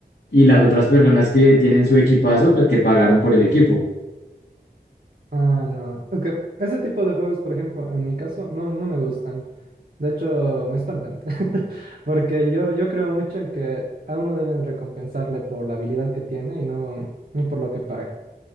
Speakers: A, on the left; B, on the right.
A: y las otras personas que tienen su equipazo, pues que pagaron por el equipo.
B: Ah, no. Es que ese tipo de juegos, por ejemplo, en mi caso, no, no me gustan. De hecho, me espantan. <laughs> Porque yo, yo creo mucho en que a uno deben recompensarle por la habilidad que tiene y no, no por lo que paga.